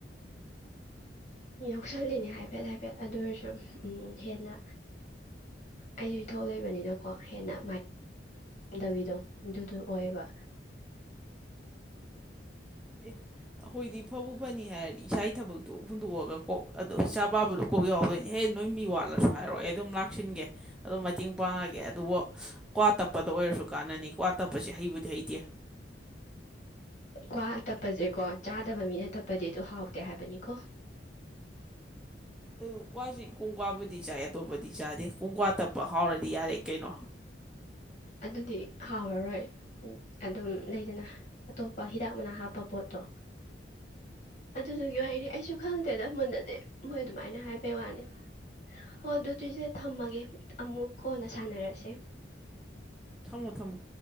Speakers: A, on the left; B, in the centre.
A: ꯌꯥꯎꯁꯜꯂꯤꯅꯦ ꯍꯥꯏꯐꯦꯠ ꯍꯥꯏꯐꯦꯠ ꯑꯗꯨ ꯑꯣꯏꯔꯁꯨ ꯎꯝ ꯍꯦꯟꯅ ꯑꯩꯁꯨ ꯏ ꯊꯣꯛꯣꯛ ꯂꯩꯕꯅꯤꯅꯀꯣ ꯍꯦꯟꯅ ꯃꯗꯕꯤꯗꯣ ꯑꯗꯨꯗꯣ ꯑꯣꯏꯌꯦꯕ
B: ꯑꯦ ꯑꯩꯈꯣꯏꯗꯤ ꯐꯕꯕꯨ ꯐꯅꯤ ꯍꯥꯏꯔꯗꯤ ꯏꯁꯥ ꯊꯕꯛꯇꯨ ꯍꯨꯟꯗꯣꯛꯑꯒ ꯀꯣꯛ ꯑꯗꯣ ꯋꯥꯚꯕꯔꯨꯛꯀꯒꯦꯎꯗꯦ ꯑꯦꯍ ꯅꯣꯏ ꯃꯤ ꯋꯥꯠꯂꯁꯨ ꯍꯥꯏꯔꯛꯑꯣ ꯑꯩ ꯑꯗꯨꯝ ꯂꯥꯛꯁꯤꯟꯒꯦ ꯑꯗꯨꯝ ꯃꯇꯦꯡ ꯄꯥꯡꯉꯒꯦ ꯑꯗꯨꯕꯨ ꯀ꯭ꯋꯥ ꯇꯞꯄꯗ ꯑꯣꯏꯔꯁꯨ ꯀꯥꯟꯅꯅꯤꯀꯣ ꯋꯥ ꯇꯞꯄꯁꯦ ꯍꯩꯕꯨꯗꯤ ꯍꯩꯇꯦ
A: ꯀ꯭ ꯇꯞꯄꯁꯦꯀꯣ ꯆꯥꯗꯕ ꯃꯤꯅ ꯇꯞꯄꯗꯤ ꯑꯗꯨ ꯍꯥꯎꯇꯦ ꯍꯥꯏꯕꯅꯤꯀꯣ
B: ꯑꯗꯨ ꯀ꯭ꯋꯥꯁꯤ ꯀꯨꯡ ꯀ꯭ꯋꯥꯕꯨꯗꯤ ꯆꯥꯏ ꯑꯇꯣꯞꯄꯗꯤ ꯆꯥꯗꯦ ꯀꯨꯡꯀ꯭ꯋꯥ ꯇꯞꯄ ꯍꯥꯎꯔꯗꯤ ꯌꯥꯔꯦ ꯀꯩꯅꯣ
A: ꯑꯗꯨꯗꯤ ꯍꯥꯎꯔꯔꯣꯏ ꯑꯗꯨꯝ ꯂꯩꯗꯅ ꯑꯇꯣꯞꯄ ꯍꯤꯗꯥꯛ ꯃꯅꯥ ꯍꯥꯞꯄ ꯄꯣꯠꯇꯣ ꯑꯗꯨꯗꯨꯒꯤ ꯋꯥꯔꯤꯅꯤ ꯑꯩꯁꯨ ꯈꯪꯗꯦꯗ ꯃꯨꯟꯅꯗꯤ ꯃꯣꯏ ꯑꯗꯨꯃꯥꯏꯅ ꯍꯥꯏꯕꯩ ꯋꯥꯅꯤ ꯍꯣꯏ ꯑꯗꯨꯑꯣꯏꯁꯦ ꯊꯝꯃꯒꯦ ꯑꯃꯨꯛ ꯀꯣꯟꯅ ꯁꯥꯟꯅꯔꯁꯦ
B: ꯊꯝꯃꯣ ꯊꯝꯃꯣ